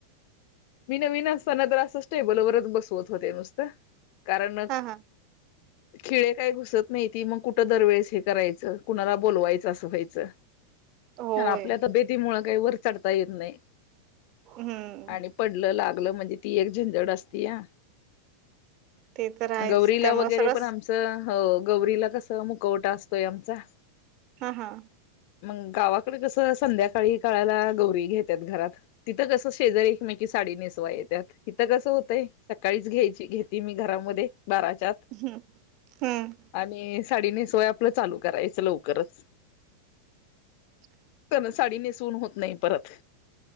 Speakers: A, on the left; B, on the right.
A: मी नवीन असताना तर असं स्टेबलवरच बसवत होते नुसतं, कारण <inaudible>
B: हा हा
A: खिळे काय घुसत नाही ती मग कुठ दरवेळेस हे करायचं कुणाला बोलवायचं असं व्हायचं.
B: होय
A: आपल्या तब्येतीमुळं काय वर चढता येत नाही.
B: हम्म.
A: आणि पडलं लागलं म्हणजे ती एक झीझड असत्या.
B: ते तर आहेच
A: गौरीला
B: त्यामुळे
A: वगैरे
B: सगळं
A: पण आमच त हो गौरीला कसं मुकवटा असतोय आमचा.
B: हा हा.
A: मग गावाकड कसं संध्याकाळी काळाला गौरी घेतात घरात. तिथं कसं शेजारी एकमेकी साडी नेसवाय येत्यात, इथं कसं होतंय सकाळीच घ्यायची घेते मी घरामध्ये. बाराच्या आत.
B: हम्म. हम्म
A: आणि साडी नेसवाय आपलं चालू करायचं लवकरच.
B: <inaudible>
A: तेन साडी नेसवून होत नाही परत.